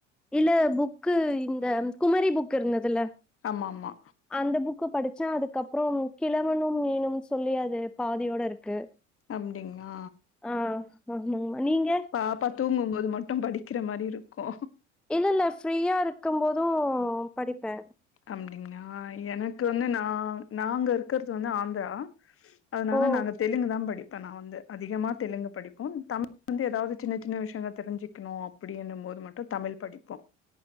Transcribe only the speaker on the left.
ஆமா ஆமா
அப்டிங்ளா
பாப்பா தூங்கும்போது மட்டு படிக்கிற மாரி இருக்கு
அப்டிங்ளா எனக்கு வந்து நா நாங்க இருக்கறது வந்து ஆந்ரா அதனால
நாங்க தெலுங்கு தா படி இப்ப நா வந்து அதிகமா தெலுங்கு படிப்போம் தமிழ் வந்து எதாது சின்ன சின்ன விஷயங்க தெரிஞ்சுக்குனு அப்டினும்போது மட்டு தமிழ் படிப்போ